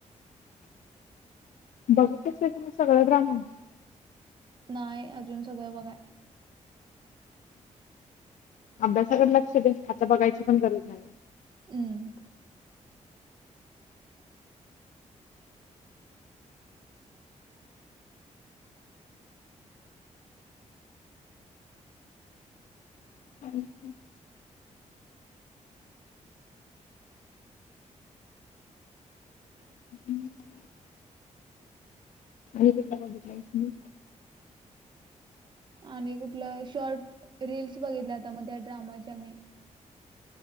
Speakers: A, on the left; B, on the right.
A: <unintelligible>
B: नाही अजून सगळं बघाय.
A: अभ्यासाकडे लक्ष दे, आता बघायची पण गरज नाहीये.
B: ऊं!
A: <inaudible> <inaudible> आणि कुठंला बघितलायस म!
B: आणि कुठलं शॉर्ट रील्स बघितल्या, आता म त्या ड्रामाच्या मी.